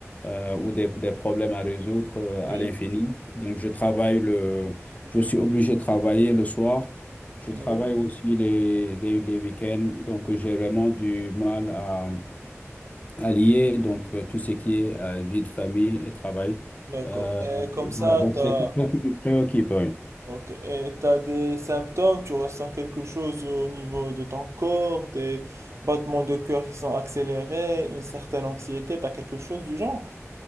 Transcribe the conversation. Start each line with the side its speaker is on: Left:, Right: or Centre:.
Left: euh, ou des, des problèmes à résoudre euh, à
Right: oui.
Left: l'infini. Donc, je travaille le, je suis obligé de travailler le soir. Je travaille
Right: Oui.
Left: aussi les, les, les week-ends. Donc, euh, j'ai vraiment du mal à, à lier donc, euh, tout ce qui est euh, vie de famille et travail.
Right: D'accord.
Left: Euh,
Right: Et comme ça,
Left: voilà, donc
Right: t'as,
Left: c'est quelque chose qui me préoccupe. Oui.
Right: ok. Et t'as des symptômes, tu ressens quelque chose au niveau de ton corps, des battements de cœur qui sont accélérés, une certaine anxiété, t'as quelque chose du genre?